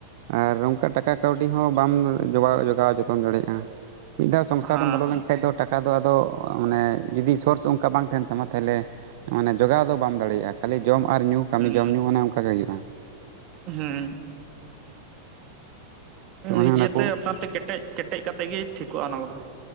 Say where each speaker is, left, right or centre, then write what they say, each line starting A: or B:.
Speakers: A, on the right (about 60°); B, on the right (about 40°).
A: ᱟᱨ ᱚᱱᱠᱟ ᱴᱟᱠᱟ ᱠᱟᱹᱣᱰᱤ ᱠᱟᱹᱴᱤᱡ ᱦᱚᱸ ᱵᱟᱢ ᱡᱚᱜᱟᱣ, ᱡᱚᱜᱟᱣ ᱡᱚᱛᱚᱱ ᱫᱟᱲᱮᱭᱟᱜᱼᱟ᱾ ᱢᱤᱫ ᱫᱷᱟᱣ ᱥᱚᱝᱥᱟᱨ
B: ᱦᱮᱸ
A: ᱨᱮᱢ ᱵᱚᱞᱚ ᱞᱮᱱᱠᱷᱟᱱ ᱫᱚ ᱴᱟᱠᱟ ᱚᱱᱠᱟ ᱫᱚ ᱟᱫᱚ ᱢᱟᱱᱮ ᱡᱩᱫᱤ ᱥᱳᱨᱥ ᱚᱱᱠᱟ ᱵᱟᱝ ᱛᱟᱦᱮᱱ ᱛᱟᱢᱟ᱾ ᱛᱟᱦᱚᱞᱮ ᱢᱟᱱᱮ ᱡᱚᱜᱟᱣ ᱫᱚ ᱵᱟᱢ ᱫᱟᱲᱮᱭᱟᱜᱼᱟ᱾ ᱠᱷᱟᱹᱞᱤ ᱡᱚᱢ ᱟᱨ ᱧᱩ ᱠᱟᱹᱢᱤ
B: ᱦᱮᱸ
A: ᱡᱚᱢ ᱧᱩ ᱚᱱᱮ ᱚᱱᱠᱟ ᱜᱮ ᱦᱩᱭᱩᱜᱼᱟ᱾
B: ᱦᱩᱸ
A: ᱛᱚ ᱚᱱᱮ
B: ᱱᱤᱡᱮᱛᱮ
A: ᱚᱱᱟ ᱠᱚ
B: ᱟᱯᱱᱟᱨ ᱛᱮ ᱠᱮᱸᱴᱮᱡ ᱠᱮᱸᱴᱮᱡ ᱠᱟᱛᱮ ᱜᱮ ᱴᱷᱤᱠᱚᱜᱼᱟ, ᱚᱱᱟ ᱠᱚᱫᱚ᱾